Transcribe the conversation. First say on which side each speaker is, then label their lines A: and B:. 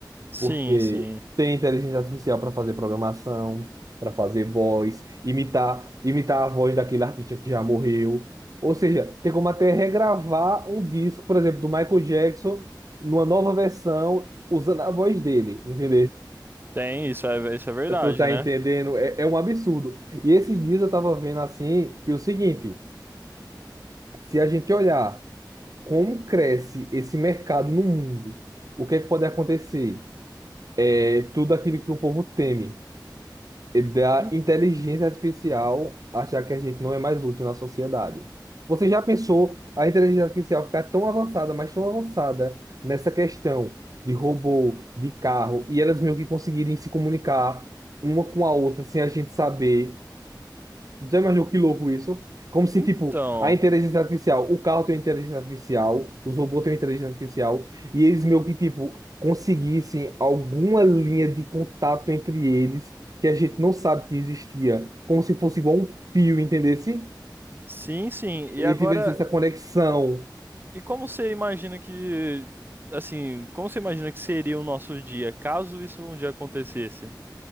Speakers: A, on the right; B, on the right.
A: Sim,
B: Porque
A: sim.
B: tem inteligência artificial para fazer programação, para fazer voz, imitar, imitar a voz daquele artista que já morreu. Ou seja, tem como até regravar um disco, por exemplo, do Michael Jackson, numa nova versão, usando a voz dele, entendeu?
A: Tem, isso é, isso é verdade,
B: Tu tá
A: né?
B: entendendo? É, é um absurdo. E esses dias eu tava vendo assim que é o seguinte, se a gente olhar como cresce esse mercado no mundo, o que é que pode acontecer? É tudo aquilo que o povo teme, é da
A: En-
B: inteligência artificial achar que a gente não é mais útil na sociedade. Você já pensou a inteligência artificial ficar tão avançada, mas tão avançada nessa questão de robô, de carro, e elas meio que conseguirem se comunicar uma com a outra sem a gente saber? Zé, mas que louco isso. Como se,
A: Então,
B: tipo, a inteligência artificial, o carro tem inteligência artificial, os robôs têm inteligência artificial, e eles meio que, tipo, conseguissem alguma linha de contato entre eles que a gente não sabe que existia, como se fosse igual um fio, entendesse?
A: sim, sim. E
B: E
A: agora,
B: tivesse essa conexão.
A: e como você imagina que, assim, como você imagina que seria o nosso dia, caso isso um dia acontecesse?